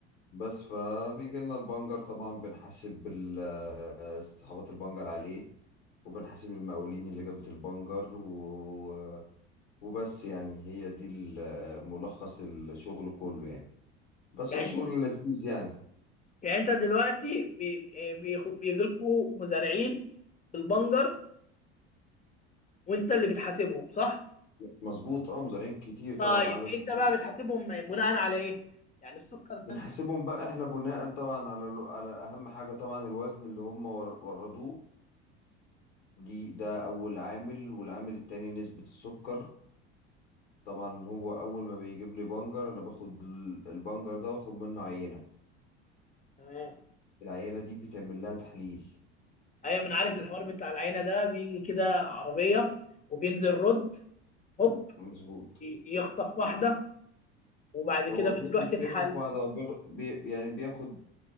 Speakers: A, on the left; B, on the left.
A: بس فبيجي لنا البنجر طبعا بنحاسب ال- صحابات البنجر عليه وبنحاسب المقاولين اللي جابت البنجر و... وبس يعني هي دي ال- ملخص الشغل كله يعني بس
B: يعني
A: هو شغل لذيذ يعني
B: يعني انت دلوقتي بي... بيجي لكم مزارعين بالبنجر وانت اللي بتحاسبهم صح؟
A: مظبوط اه مزارعين كتير
B: طيب
A: طبعا عدد
B: انت
A: كبير
B: بقى بتحاسبهم بناء على ايه؟ يعني السكر ده
A: بنحاسبهم
B: انت
A: بقى احنا بناء طبعا على ال- على اهم حاجة طبعا الوزن اللي هم ور- وردوه دي ده اول عامل والعامل التاني نسبة السكر طبعا هو اول ما بيجيب لي بنجر انا باخد ال- البنجر ده واخد منه عينه
B: تمام
A: العينه دي بتعمل لها تحليل
B: ايوه من عارف الحوار بتاع العينه ده بيجي كده عربيه وبينزل رد هوب
A: مظبوط
B: ي- يخطف واحده وبعد كده
A: هو بي-
B: بتروح
A: مش
B: تتحل
A: بياخد بعض هو بيغ... بي... يعني بياخد